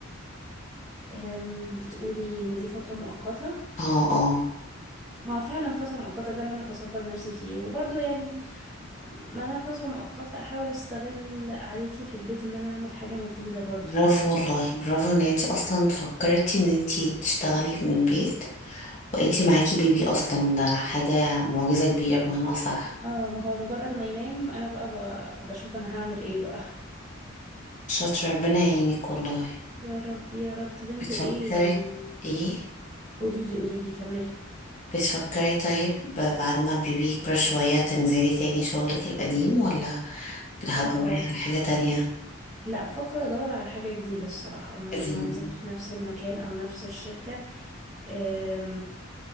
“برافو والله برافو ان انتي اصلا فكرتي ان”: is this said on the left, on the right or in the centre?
Left